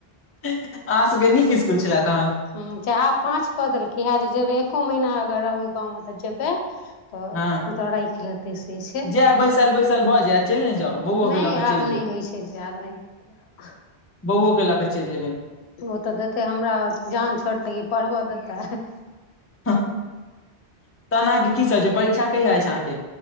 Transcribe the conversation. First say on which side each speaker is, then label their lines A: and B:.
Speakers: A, on the left; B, on the left.
A: अहाँ सबके नीक स्कूल छला तहन
B: ह च आब पाँच कऽ देलकै हए जे जेबै एक्को महीना अगर रहबै गाँवमे तऽ जेबै तऽ
A: हँ
B: मतरा राखि लेतै से छै
A: जायब बैसल बैसल भऽ जायत चलि ने जाउ बौओ के
B: नहि
A: लऽ कऽ चलि
B: आब
A: जेबै
B: नहि होइ छै कि जाएल नहि हेतै आब
A: बौओ के ल का चलि जेबै
B: तु ओ तऽ देतै हमरा जान छोड़तै ई पढ़बऽ देतै हं
A: हं तहन अहाँके की सभ छै परीक्षा कहिया अछि अहाँके